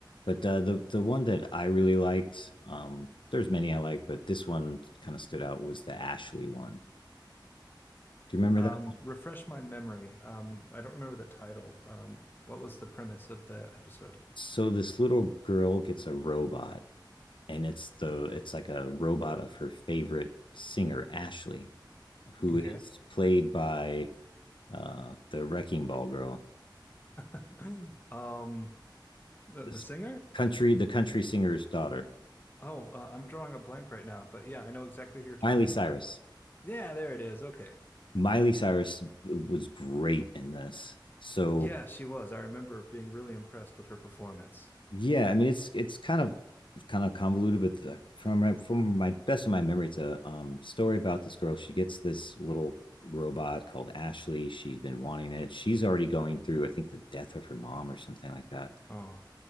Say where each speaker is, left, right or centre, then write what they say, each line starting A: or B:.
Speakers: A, on the left; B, on the left.
A: But uh, the the one that I really liked, um there's many I like, but this one kind of stood out was the Ashley one do you remember
B: Um
A: that?
B: refresh my memory. Um I don't remember the title. Um what was the premise of the episode?
A: So this little girl gets a robot, and it's the it's like a robot of her favorite singer, Ashley, who
B: Okay.
A: is played by uh, the Wrecking Ball girl,
B: <clears throat> Um the,
A: this
B: the singer?
A: country the country singer's daughter,
B: Oh, uh, I'm drawing a blank right now, but yeah, I know exactly who you're talking
A: Miley Cyrus.
B: about. Yeah, there it is. Okay.
A: Miley Cyrus was great in this. So
B: Yeah, she was. I remember being really impressed with her performance.
A: Yeah, I mean it's it's kind of kind of convoluted, but the, from my, from my best of my memory, it's a um, story about this girl. She gets this little robot called Ashley. She's been wanting it. She's already going through, I think, the death of her mom or something like that.
B: Oh,